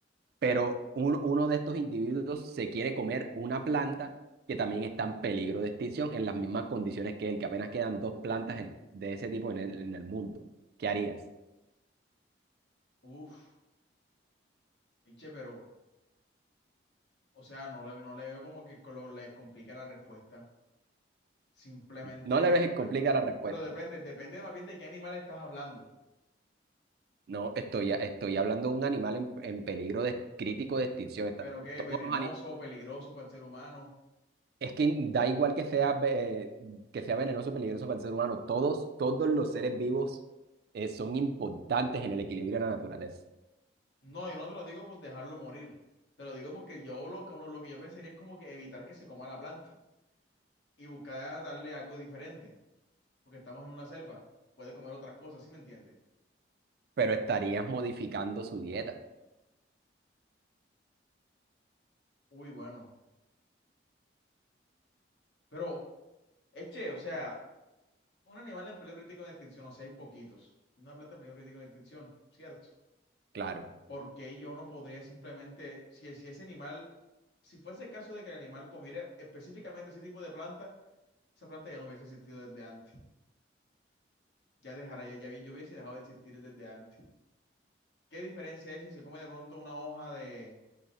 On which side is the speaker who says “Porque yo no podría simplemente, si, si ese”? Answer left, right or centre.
Left